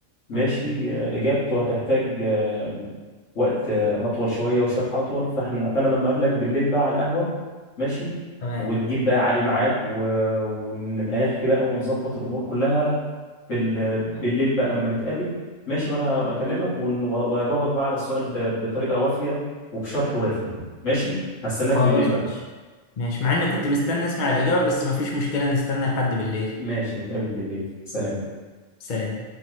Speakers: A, on the left; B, on the left.
A: ماشي
B: اه
A: آه، اجابته هتحتاج آه، وقت آه، اطول شويه وشرح اطول فاحنا فانا لما اقابلك بالليل بقى على القهوه ماشي
B: تمام
A: وتجيب بقى علي معاك و... ونبقى نحكي بقى ونظبط الامور كلها في ال... بالليل
B: تمام.
A: بقى لما نتقابل ماشي وانا هبقى اكلمك ون... واجاوبك بقى على السؤال ب... بطريقه وافيه وبشرح وافي ماشي هستناك
B: خلاص
A: بالليل بقى
B: ماشي ماشي مع اني كنت مستني اسمع الاجابة بس مفيش مشكلة نستنى لحد بالليل
A: ماشي نتقابل بالليل سلام
B: سلام